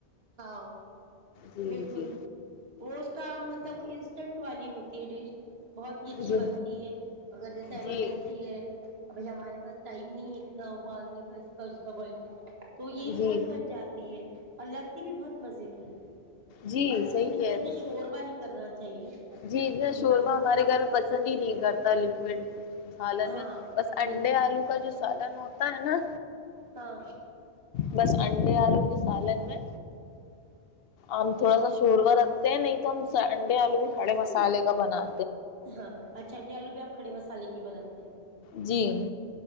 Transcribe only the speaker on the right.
ہاں
بالکل
وہ تو مطلب انسٹنٹ والی ہوتی ہے ڈش بہت ہی اچھی
بنتی ہے اگر جیسے ایمرجنسی
ہے ابھی ہمارے بس ٹائم نہیں ہے اتنا ابالنے کا اس کا اس کا بوائل کیا تو یہ انسٹنٹ
بن جاتی ہے الگ ٹی بھی بہت مزے کی ہے
بس
اس میںت
کہ شور بنی کرنا چاہیے
بھنا
بھنا
ہی
اچھا
ہاں
بالکل
ہاں
ہاں اور چھنڈے آلو بھی آپ کڑے مسالے کے کی ب لاتتے